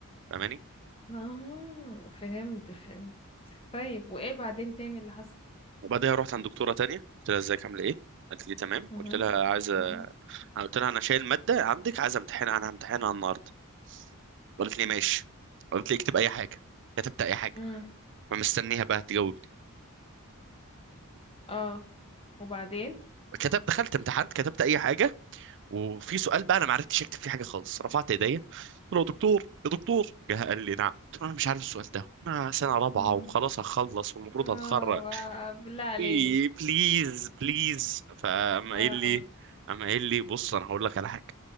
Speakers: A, on the right (about 55°); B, on the left (about 25°).
A: فاهماني
B: اه فهمت فهمت طيب وايه بعدين تاني اللي حصل
A: وبعدها رحت عند دكتوره تانية قلت لها ازيك عامله ايه قالت لي تمام
B: مهم.
A: قلت لها عايزه
B: مهم.
A: قلت لها انا شايل ماده عندك عايزه امتحنها انا همتحنها النهارده قالت لي ماشي قالت لي اكتب اي حاجه كتبت اي حاجه
B: امم
A: فمستنيها بقى تجاوبني
B: اه وبعدين
A: كتب دخلت امتحنت كتبت اي حاجه وفي سؤال بقى انا ما عرفتش اكتب فيه حاجه خالص رفعت ايديا قلت له يا دكتور يا دكتور جه قال لي نعم قلت له انا مش عارف السؤال ده انا سنه رابعه
B: مم.
A: وخلاص هخلص والمفروض
B: اه
A: هتخرج
B: واو، بالله عليك
A: ايه بليز بليز فقام
B: اه
A: قايل لي قام قايل لي بص انا هقول لك على حاجه